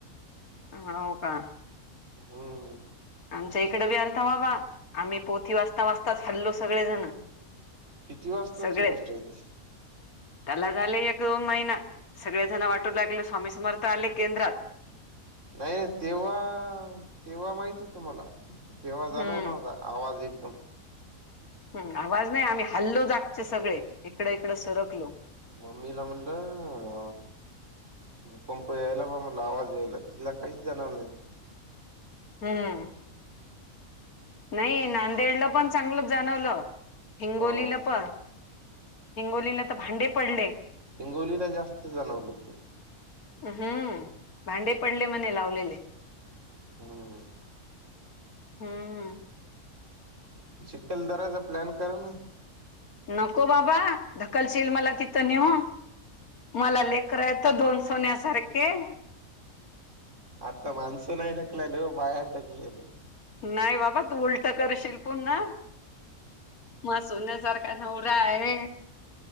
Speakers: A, on the left; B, on the right.
A: हौ का.
B: हम्म.
A: आमच्या इकडे बी आलता बाबा, आम्ही पोथी वाचता वाचताच हल्लो सगळेजण.
B: किती वाजताची
A: सगळे
B: गोष्ट होती.
A: त्याला झाले एक दोन महिना, सगळेजण वाटू लागले स्वामी समर्थ आले केंद्रात.
B: नाही तेव्हा, तेव्हा माहित होत मला. तेव्हा जाणवला
A: हम्म
B: होता, आवाज एकदम.
A: हम आवाज नाही. आम्ही हल्लो जागचे सगळे इकडं इकडं सरकलो.
B: मम्मीला म्हडल. भूकंप यायला बा मला आवाज यायला, तिला काहीच जाणवल नाही.
A: हम्म. नाही नांदेडला पण चांगलं जाणवलं हिंगोलीला
B: हो
A: पण. हिंगोलीला तर भांडे पडले.
B: हिंगोलीला जास्त जाणवलं.
A: हम्म, भांडे पडले म्हणे लावलेले.
B: हम.
A: हम्म
B: चिखल दराचा प्लॅन करा ना.
A: नको बाबा ढकलशील मला ति तनी हो, मला लेकर हायत दोन सोन्यासारखे.
B: आता मानस नाही, ढकलेल बायाच ढकलेल.
A: नाही बाबा तू उलट करशील पुन्हा. मग सोन्यासारखा नवरा आहे.